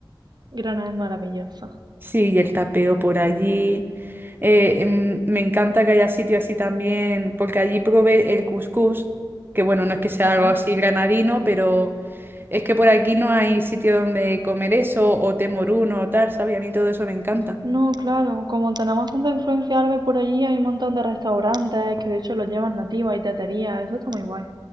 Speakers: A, on the right (about 60°); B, on the right (about 25°).
A: Granada es maravillosa.
B: Sí, y el tapeo por allí. Eh, em, me encanta que haya sitio así también, porque allí probé el couscous, que bueno, no es que sea
A: Ah.
B: algo así granadino, pero es que por aquí no hay sitio donde comer eso, o temoruno o tal, ¿sabes? A mí todo eso me encanta.
A: No, claro, como tenemos tanta influencia árabe por allí, hay un montón de restaurantes que de hecho los llevan nativas y teterías, eso está muy guay.